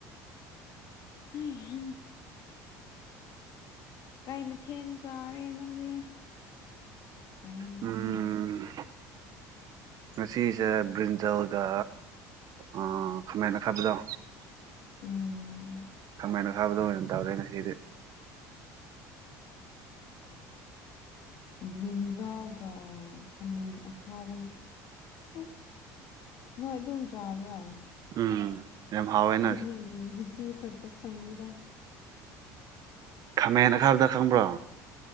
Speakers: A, on the left; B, on the right.
A: ꯍꯩꯍꯥ ꯀꯩ ꯃꯊꯦꯜ ꯆꯥꯔꯦ ꯅꯪꯗꯤ꯫ ꯄꯌꯦ ꯃꯊꯦꯜꯅꯣ
B: ꯎꯝ
A: <unintelligible>
B: ꯉꯁꯤꯁꯦ ꯕ꯭ꯔꯤꯟꯖꯜꯗ ꯑꯥ ꯈꯥꯃꯦꯟ ꯑꯈꯥꯕꯗꯣ꯫
A: ꯎꯝ꯫
B: ꯈꯥꯃꯦꯟ ꯑꯈꯥꯕꯗꯣ ꯑꯣꯏꯅ ꯇꯧꯔꯦ ꯉꯁꯤꯗꯤ꯫
A: ꯭ꯕ꯭ꯔꯤꯟꯖꯜꯒ ꯈꯥꯃꯦꯟ ꯑꯈꯥꯕ ꯑꯣꯏ ꯅꯣꯏ ꯑꯗꯨꯝ ꯆꯥꯕ꯭ꯔꯥ꯫
B: ꯎꯝ ꯌꯥꯝ ꯍꯥꯎꯋꯦꯅ
A: ꯑꯩꯗꯤ ꯉꯁꯤ ꯈꯛꯇ ꯈꯪꯉꯤꯗ꯫
B: ꯈꯥꯃꯦꯟ ꯑꯈꯥꯕꯗ ꯈꯪꯕ꯭ꯔꯣ꯫